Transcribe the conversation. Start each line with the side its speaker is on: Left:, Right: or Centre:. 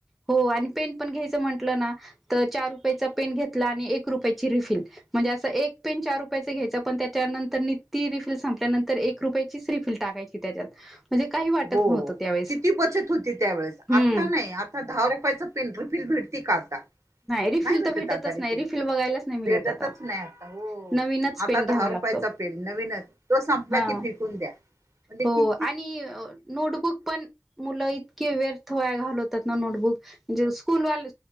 Centre: हो आणि पेन पण घ्यायचं म्हंटलं ना तर चार रुपयाचा पेन घेतला आणि एक रुपयाची रिफील म्हणजे असं एक पेन चार रुपयाचं घ्यायचं पण त्या त्यानंतरी ती रिफील संपल्यानंतर एक रुपयाचीच रिफीलल टाकायची त्याच्यात म्हणजे काही वाटत
Right: हो
Centre: नव्हतं त्यावेळेस
Right: किती बचत होती त्यावेेळेस
Centre: हम्म
Right: आता नाही आ ता दहा रुपयाच पिंट रुफिल भेटती का आता
Centre: रिफिल
Right: नाही भेटत
Centre: तर भेटतच
Right: आज रि
Centre: नाही
Right: फील
Centre: रिफिल बघायलाच नाही मिळत
Right: भेटतच
Centre: आता
Right: नाही आता हो
Centre: नवीनच
Right: आता
Centre: पेन
Right: दहा
Centre: घ्यावा लागतो
Right: रुपयाचा न तोला
Centre: हा
Right: क फून द म्हण
Centre: हो
Right: कि
Centre: आणि नोटबुक पण मुलं इतके व्यर्थ वया घालवतात ना नोटबुक म्हणजे स्कूलवाल